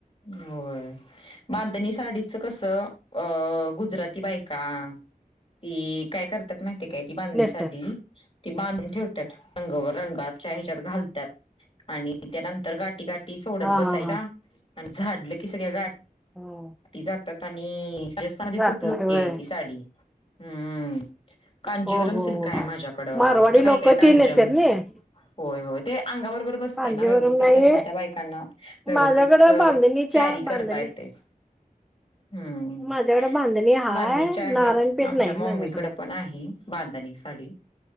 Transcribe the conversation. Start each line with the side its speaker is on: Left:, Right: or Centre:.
Left: होय. बांधणी साडीचं कसं अ गुजराती बायका ती काय करतात माहितीे काय ती बांधणी
Centre: नेस्टर
Left: सा- ते बांधून ठेवतात रंगवर रंगातच्या हच्यात घालतात आणि त्यानंतर गाठी गाट सोडत
Centre: हा
Left: बसाय
Centre: हा
Left: का
Centre: हा
Left: आणि झाडलं की सगळ्या गा
Centre: हम्म
Left: जातात आणि राजस्थानमध्ये
Centre: जातात
Left: खूप लोकपी
Centre: होय
Left: आहे ती साडी हम्म कांजीवरम
Centre: हो हो
Left: सिल्क
Centre: हो
Left: आहे माझ्याकडं
Centre: मारवाडी
Left: तुझ्या काय
Centre: लोक
Left: काय कांजम
Centre: ती नेसतात नाई
Left: होय हो ते अंगा बरोबर बसतेय
Centre: कांजीवरम
Left: ना व्यवस्थित
Centre: नाही
Left: त्यांना त्या बायकांना व्यवस्थित
Centre: माझ्याकडे बांधणीच्या
Left: कॅरी
Centre: बांधणी
Left: करता येते. हम्
Centre: माझ्याकडे बांधणी हाय
Left: बधणीच्या
Centre: नारायणपेठ
Left: आहेत. आमच्या
Centre: नाही
Left: मम्मीकडे
Centre: माझ्याकडं
Left: पण आहे बांधणी साडी